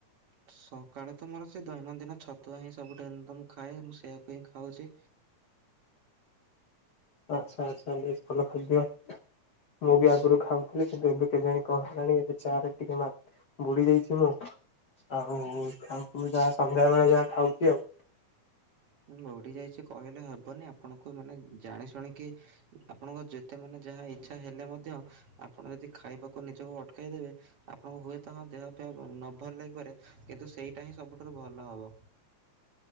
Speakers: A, on the right; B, on the left.
A: ସକାଳୁ ତ ମୋର ସେଇ ଦୈନଦିନ ଛତୁଆ ହିଁ ସବୁ ଦିନ ତ ମୁ ଖାଏ ମୁ ସେୟାକୁ ହିଁ ଖାଉଚି।
B: ଆଚ୍ଛା ଆଚ୍ଛା ବେଶ ଭଲ ଖାଦ୍ୟ ମୁଁ ବି ଆଗରୁ ଖାଉଥିଲି କିନ୍ତୁ ଏବେ କେଜାଣି କଣ ହେଲାଣି ଏବେ ଚା ରେ ଟିକେ ମା ବୁଡିଯାଇଚି ମୁଁ ଆଉ ଯାହା ସନ୍ଧ୍ୟା ବେଳେ ଯାହା ଖାଉଚି ଆଉ।
A: ଲୋଡି ଯାଇଚି କହିଲେ ହବନି ଆପଣଙ୍କୁ ମାନେ ଜାଣି ଶୁଣିକି ଆପଣଙ୍କ ଯେତେ ମାନେ ଯାହା ଇଛା ହେଲେ ମଧ୍ୟ ଆପଣ ଯଦି ଖାଇବାକୁ ନିଜକୁ ଅଟକେଇଦେବେ ଆପଣଙ୍କୁ ହୁଏତ ହଁ ଦେହ ଫେହ ନ ଭଲ ଲାଗିପାରେ କିନ୍ତୁ ସେଇଟା ହିଁ ସବୁଠାରୁ ଭଲ ହବ।